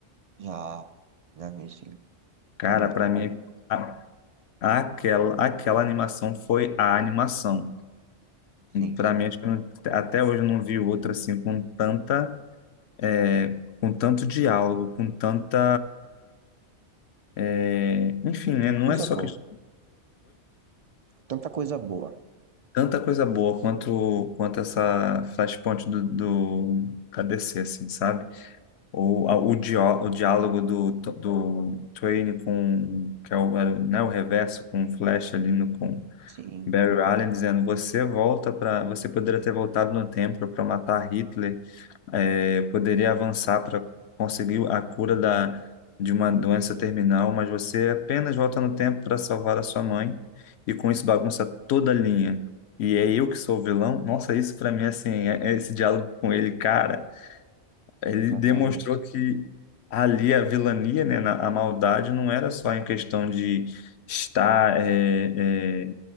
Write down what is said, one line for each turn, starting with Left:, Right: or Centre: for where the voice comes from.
Right: já, já vi, sim.
Left: Cara,
Right: É muito
Left: para mim,
Right: bom.
Left: a- aquela, aquela animação foi a animação.
Right: Sim,
Left: Para mim, acho que eu não- até hoje eu não vi outra assim com tanta é, com tanto diálogo, com tanta. é, Enfim, né?
Right: tanta
Left: Não
Right: coisa
Left: é só
Right: boa.
Left: questão.
Right: Tanta coisa boa.
Left: tanta coisa boa quanto quanto essa Flashpoint do, do da DC, assim, sabe? Ou a- o, dió, o diálogo do, do Twain com, que é o, era o- né, o reverso com o Flash ali no, com
Right: Sim,
Left: Barry Allen dizendo, você volta para, você poderia ter voltado no tempo para matar Hitler eh, poderia avançar para conseguir a cura da, de uma doença terminal, mas você apenas volta no tempo para salvar a sua mãe e com isso bagunça toda a linha. E é eu que sou o vilão? Nossa, isso para mim, assim, é- é esse diálogo com ele, cara. Ele
Right: exatamente.
Left: demonstrou que ali a vilania, né, na- a maldade, não era só em questão de estar é, é,